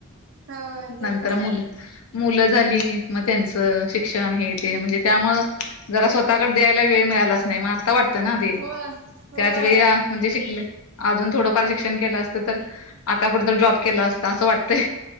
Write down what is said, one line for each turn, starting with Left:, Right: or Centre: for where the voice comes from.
Right: होय ते
Left: नंतर
Right: पण आहे
Left: मुल मुलं झाली, म त्यांचं शिक्षण हे ते, म्हणजे त्यामुळं जरा स्वतःकड द्यायला वेळ मिळालाच नाही, म आ ता वाटतं ना ते,
Right: होय होय
Left: त्याच वेळीला, म्हणजे शिकल अजून थोडंफार शिक्षण केलं असतं, तर आता कुठ तर जॉब केला असता, असं वाटतय.